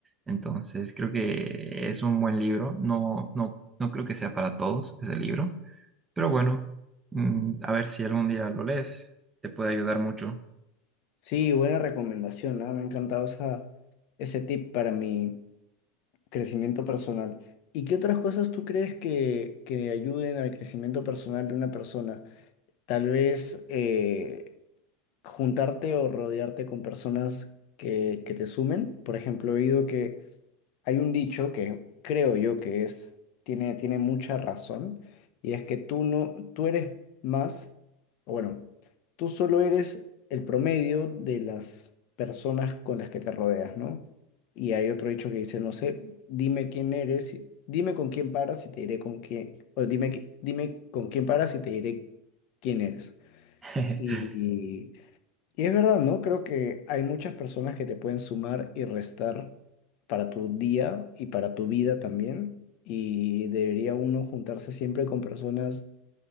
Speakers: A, on the right; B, on the left.
A: Entonces, creo que es un buen libro, no, no, no creo que sea para todos ese libro, pero bueno, mm, a ver si algún día lo lees, te puede ayudar mucho.
B: Sí, buena recomendación, ¿ah? Me ha encantado esa, ese tip para mi crecimiento personal. ¿Y qué otras cosas tú crees que, que ayuden al crecimiento personal de una persona? Tal vez... eh, juntarte o rodearte con personas que, que te sumen. Por ejemplo, he oído que hay un dicho que creo yo que es, tiene, tiene mucha razón, y es que tú no, tú eres más, o bueno, tú solo eres el promedio de las personas con las que te rodeas, ¿no? Y hay otro dicho que dice, no sé, dime quién eres, y- dime con quién paras y te diré con quién, o dime, qui- dime con quién paras y te diré quién eres.
A: <laughs>
B: y y es verdad, ¿no? Creo que hay muchas personas que te pueden sumar y restar para tu día y para tu vida también. Y debería uno juntarse siempre con personas